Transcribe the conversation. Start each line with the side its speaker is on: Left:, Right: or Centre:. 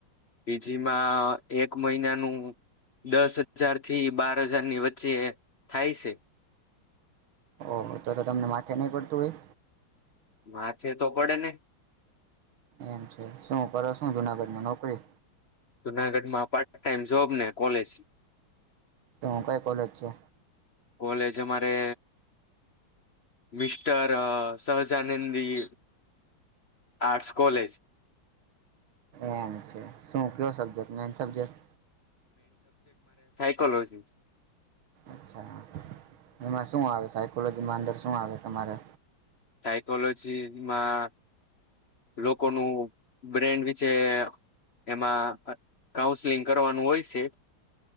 Left: પીજીમાં એક મહિનાનું દસ હજાર થી બાર હજારની વચ્ચે થાય છે.
Right: ઓ તો તો તમને માથે નહી પડતું હોય.
Left: માથે તો પડે ને.
Right: એમ છે. શું કરો શું જુનાગઢમાં નોકરી?
Left: જુનાગઢ માં પાર્ટ ટાઈમ જોબ ને કોલેજ.
Right: શું કઈ કોલેજ છે?
Left: કોલેજ અમારે મિસ્ટર સહજાનંદી આર્ટસ કોલેજ.
Right: એમ છે. શું કયો સબ્જેક્ટ મેન સબ્જેક્ટ?
Left: લોજી.
Right: અચ્છા એમાં શું આવે? સાયકોલોજીમાં અંદર શું આવે તમારે?
Left: સાઇકોલોજી માં લોકોનું બ્રેન્ડ વિશેે એમાં કાઉન્સલિંગ કરવાનું હોય છે.